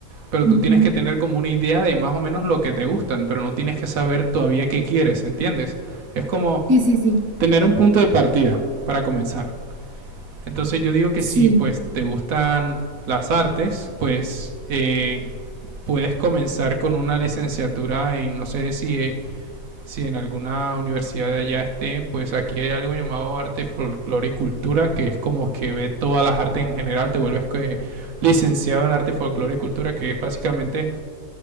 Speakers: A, on the right (about 70°); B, on the right (about 15°).
A: Pero
B: ujú.
A: tú tienes que tener como una idea de más o menos lo que te gustan, pero no tienes que saber todavía qué quieres, ¿entiendes? Es como
B: Sí, sí, sí,
A: tener un punto de partida para comenzar. Entonces yo digo que
B: sí,
A: si pues te gustan las artes, pues eh, puedes comenzar con una licenciatura en, no sé si eh, si en alguna universidad de allá esté, pues aquí hay algo llamado arte, folclore y cultura, que es como que ve todas las artes en general, te vuelves que licenciado en arte, folclore y cultura, que es básicamente